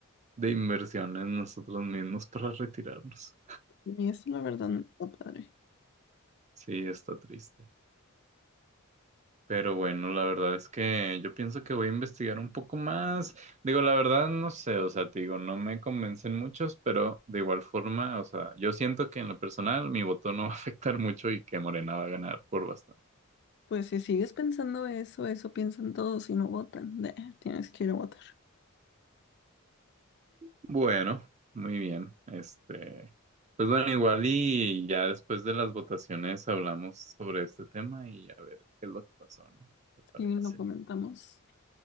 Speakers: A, on the right; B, on the left.
A: de inversión en nosotros mismos para retirarnos.
B: Y eso la verdad no está padre.
A: Sí, está triste. Pero bueno, la verdad es que yo pienso que voy a investigar un poco más. Digo, la verdad no sé, o sea, te digo, no me convencen muchos, pero de igual forma, o sea, yo siento que en lo personal mi voto no <laughs> va a afectar mucho y que Morena va a ganar por bastante.
B: Pues si sigues pensando eso, eso piensan todos y no votan. Nah, tienes que ir a votar.
A: Bueno, muy bien. Este, pues bueno, igual y ya después de las votaciones hablamos sobre este tema y a ver qué es lo que pasó, ¿no? ¿Te parece?
B: Sí, lo comentamos.